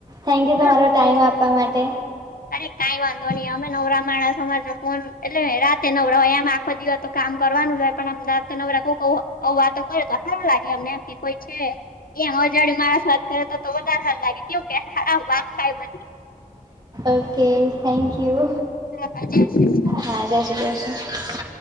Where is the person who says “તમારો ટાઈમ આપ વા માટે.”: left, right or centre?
Right